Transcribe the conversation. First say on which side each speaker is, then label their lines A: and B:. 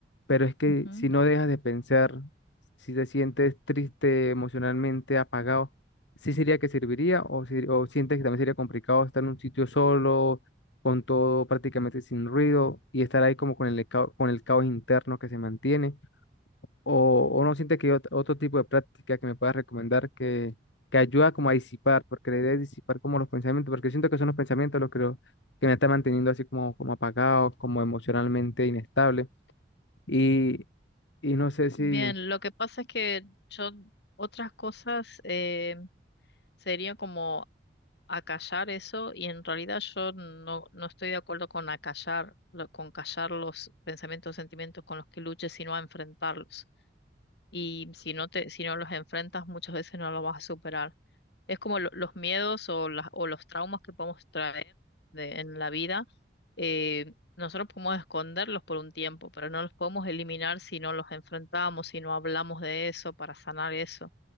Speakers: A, on the left (about 85°); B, on the left (about 70°).
A: pero es que
B: Ujú.
A: si no dejas de pensar, si te sientes triste emocionalmente, apagado, ¿sí sería que serviría o, si- o sientes que también sería complicado estar en un sitio solo, con todo prácticamente sin ruido y estar ahí como con el, cao- con el caos interno que se mantiene? o, o no siente que hay ot- otro tipo de práctica que me puedas recomendar que, que ayuda como a disipar, porque la idea es disipar como los pensamientos, porque siento que son los pensamientos los que, lo- que me están manteniendo así como, como apagado, como emocionalmente inestable. Y, y no sé si,
B: Bien, lo que pasa es que yo otras cosas eh, sería como acallar eso y en realidad yo no, no estoy de acuerdo con acallar, lo- con callar los pensamientos sentimientos con los que luches, sino a enfrentarlos. Y si no te, si no los enfrentas, muchas veces no los vas a superar. Es como lo- los miedos o, las, o los traumas que podemos traer de, en la vida. eh, nosotros podemos esconderlos por un tiempo, pero no los podemos eliminar si no los enfrentamos, si no hablamos de eso para sanar eso.